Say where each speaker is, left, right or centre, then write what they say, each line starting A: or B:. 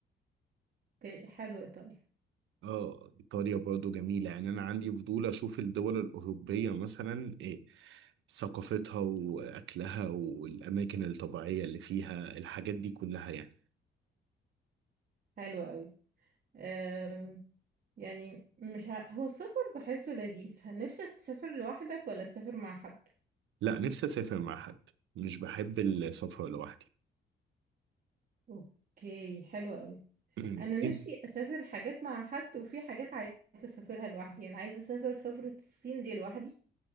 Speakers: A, on the right; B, on the right.
A: اوكي، حلو ايطاليا
B: اه ايطاليا برضو جميلة يعني انا عندي فضول اشوف الدول الاوروبية مثلا إيه ثقافتها واكلها والاماكن الطبيعية اللي فيها الحاجات دي كلها يعني
A: حلو قوي آه يعني مش ع... هو السفر بحسه لذيذ نفسك تسافر لوحدك ولا تسافر مع حد
B: لا نفسي اسافر مع حد مش بحب السفر لوحدي
A: اوكي حلو قوي
B: <clears throat>
A: انا نفسي
B: إيه؟
A: اسافر حاجات مع حد وفي حاجات عايزه اسافرها لوحدي انا عايزه اسافر سفره الصين دي لوحدي